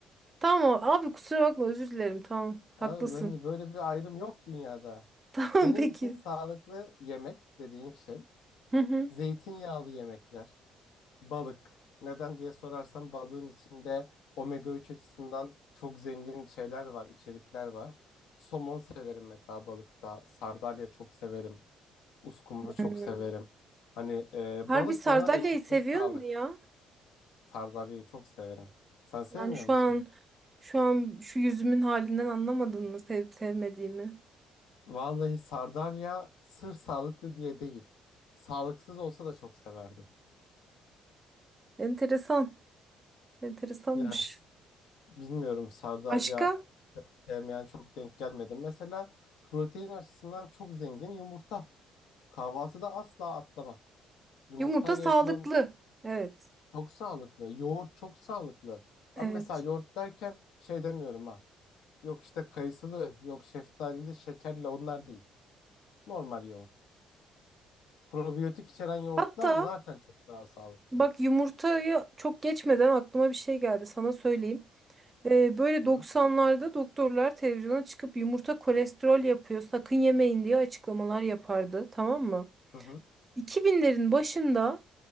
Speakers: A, on the right; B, on the left.
A: Tamam abi kusura bakma özür dilerim. Tamam haklısın.
B: Abi, hani böyle bir ayrım yok dünyada.
A: <laughs> Tamam
B: Benim
A: peki.
B: için sağlıklı yemek dediğin şey
A: Hı hı.
B: Zeytinyağlı yemekler, balık. Neden diye sorarsam balığın içinde omega 3 açısından çok zengin şeyler var, içerikler var. Somon severim mesela balıkta. Sardalya çok severim. Uskumru çok
A: Hmm.
B: severim. Hani e,
A: Harbi
B: balık
A: sardalyayı
B: bana eşittir
A: seviyor
B: sağlık.
A: mu ya?
B: Sardalyayı çok severim. Sen sevmiyor
A: Yani şu
B: musun?
A: an şu an şu yüzümün halinden anlamadın mı sevip sevmediğimi?
B: Vallahi sardalya sırf sağlıklı diye değil. Sağlıksız olsa da çok severdim.
A: Enteresan. Enteresanmış.
B: Yani s- Bilmiyorum sardalya
A: Başka?
B: sevmeyen çok denk gelmedi. Mesela protein açısından çok zengin yumurta. Kahvaltıda asla atlamam. Yumurtayla
A: Yumurta sağlıklı.
B: yapılan
A: Evet.
B: çok sağlıklı. Yoğurt çok sağlıklı. Ama
A: Evet.
B: mesela yoğurt derken şey demiyorum ha. Yok işte kayısılı, yok şeftalili, şekerli onlar değil. Normal yoğurt. Probiyotik içeren yoğurtlar
A: Hatta
B: zaten çok daha sağlıklı.
A: bak yumurtayı çok geçmeden aklıma bir şey geldi. Sana söyleyeyim. Ee, böyle
B: Hı
A: 90'larda
B: hı,
A: doktorlar televizyona çıkıp yumurta kolesterol yapıyor. Sakın yemeyin diye açıklamalar yapardı. Tamam mı?
B: hı hı,
A: 2000'lerin başında